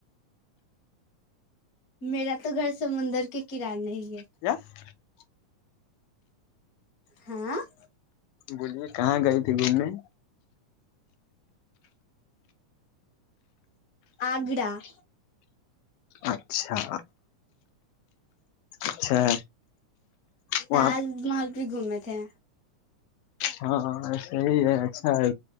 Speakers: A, on the left; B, on the left.
A: میرا تو گھر سمندر کے کرانے ہی ہے
B: کیا <unintelligible>
A: ہاں <unintelligible>
B: بولیے کہاں گئے تھی گھومنے
A: اگرح
B: اچھا اچھا وہاں
A: تاج محل بھی گھومے تھے
B: ہاں صحیح ہے اچھا ہے